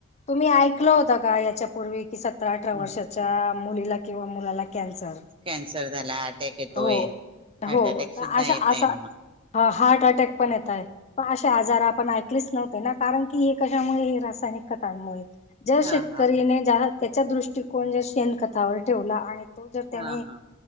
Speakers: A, on the left; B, on the right.
A: तुम्ही ऐकलं होता का याच्यापूर्वी कि सतरा अठरा
B: मग
A: वर्षाच्या मुलीला किंवा मुलाला कॅन्सर
B: कॅन्सर झाला अटॅक येतोय.
A: हो
B: हार्ट
A: हो
B: अटॅक सुद्धा
A: अशा
B: येत
A: असा
B: आहे ना मग
A: ह अक पण येते आजार आपण ऐकलेच नव्हते ना कारण की हे कश हेसायन मुळे जर
B: हा
A: शेतकरी
B: हा
A: त्याचा दृष्टिकोन जर शेणखथावर ठेवला आणि तो जर
B: हा
A: त्याने
B: हा